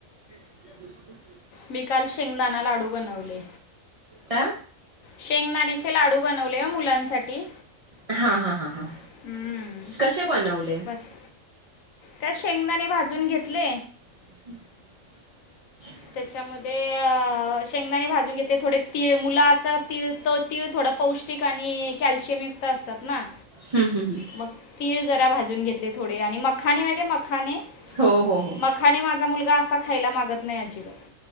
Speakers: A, on the right; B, on the left.
A: <unintelligible>
B: मी काल शेंगदाणा लाडू बनवले
A: आ
B: शेंगदाणेचे लाडू बनवले ओ मुलांसाठी
A: हां, हां, हां, हां
B: हम्म.
A: कसे बनवले
B: बस काय शेंगदाने भाजून घेतले
A: <unintelligible>
B: त्याच्यामध्ये शेंगदाणे भाजून घेतले थोडे तीळ मुलं असं तीळ तर तिळ थोडं पौष्टिक आणि कॅल्शियमयुक्त असतात ना
A: हम, हम, हम
B: मग तीळ जरा भाजून घेतले थोडे आणि मखाने माहिती मखाने
A: हो हो हो
B: मखाने माझा मुलगा असा खायला मागत नाही अजिबात